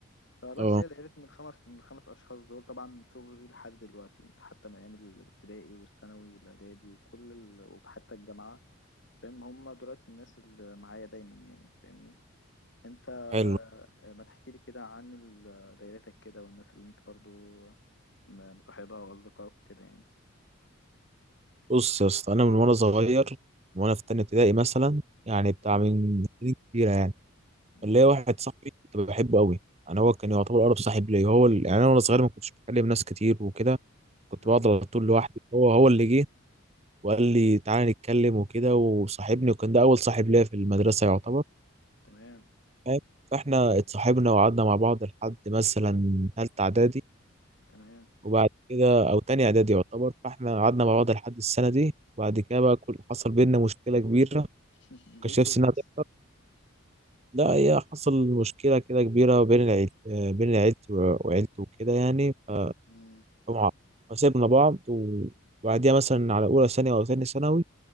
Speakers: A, on the left; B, on the right.
A: فبس
B: اه
A: هي دايرتي من الخمس من الخمس اشخاص دول طبعا من صغري لحد دلوقتي حتى من ايام الابتدائي والثانوي والاعدادي وكل ال... وحتى الجامعه فاهم هم دلوقتي الناس اللي معايا دايما يعني فاهمني انت
B: حلو
A: آه، ما تحكي لي كده عن ال- دايرتك كده والناس اللي انت برضو مصاحبها واصدقائك كده يعني
B: بص يا اسطى انا من وانا صغير من وانا في تانية ابتدائي مثلا يعني بتاع
A: اه
B: من سنين كتيرة يعني
A: أمم.
B: اللي واحد صاحبي كنت بحبه قوي يعني هو كان يعتبر اقرب صاحب ليا هو ال- يعني انا وانا صغير ما كنتش بكلم ناس كتير وكده كنت
A: ايوه
B: بقعد على طول لوحدي هو هو اللي جه وقال لي تعالى نتكلم وكده وصاحبني وكان ده اول صاحب ليا في المدرسه يعتبر
A: تمام
B: فاهم؟ فاحنا اتصاحبنا وقعدنا مع بعض لحد مثلا تالتة اعدادي
A: تمام
B: وبعد كده او تاني اعدادي يعتبر فاحنا قعدنا مع بعض لحد السنه دي وبعد كده بقى كل حصل بينا مشكله كبيره
A: <laughs>
B: مكنتش
A: ليه كده
B: نفسي انها
A: بس
B: تحصل لا هي حصل مشكله كده كبيره بين العيل آه، بين عيلتي و- وعيلته وكده يعني ف-
A: مم.
B: فمع- فسيبنا بعض وبعديها مثلا على اولى ثانوي او تاني ثانوي